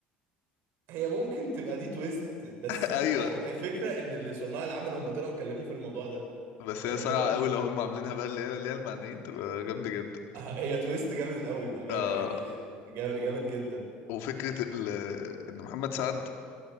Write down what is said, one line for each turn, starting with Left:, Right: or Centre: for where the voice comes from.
Right: هي ممكن تبقى دي تويست بس
Left: <laughs>
Right: هو
Left: ايوه
Right: الفكره ان اللي صناع العمل هم طلعوا اتكلموا في الموضوع ده
Left: بس
Right: يعني
Left: هي صايعه
Right: هم طلعوا
Left: قوي
Right: آه،
Left: لو هم عاملينها بقى اللي هي اللي هي المعنيين تبقى جامده جدا
Right: آه، هي تويست جامد قوي بامانه
Left: آه
Right: يعني جا- جامد جدا
Left: وفكره ال- ان محمد سعد